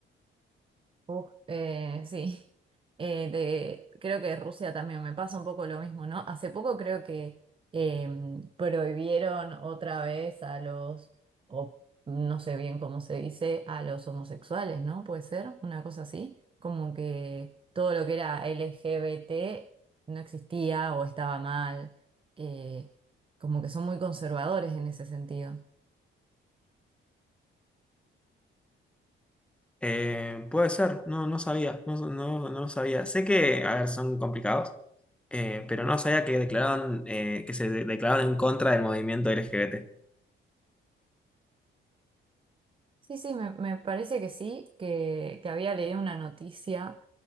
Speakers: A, on the right; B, in the centre.
A: Uf, eh, sí, <laughs> Eh, de- creo que Rusia también me pasa un poco lo mismo, ¿no? Hace poco creo que eh, prohibieron otra vez a los, o no sé bien cómo se dice, a los homosexuales, ¿no? Puede ser una cosa así, como que todo lo que era LGBT no existía o estaba mal, Eh, como que son muy conservadores en ese sentido.
B: Eh, puede ser, no, no sabía, no, no, no sabía. Sé que, a ver, son complicados, eh, pero no sabía que declararon, eh, que se de- declararon en contra del movimiento LGBT.
A: Sí, sí, me, me parece que sí, que, que había leído una noticia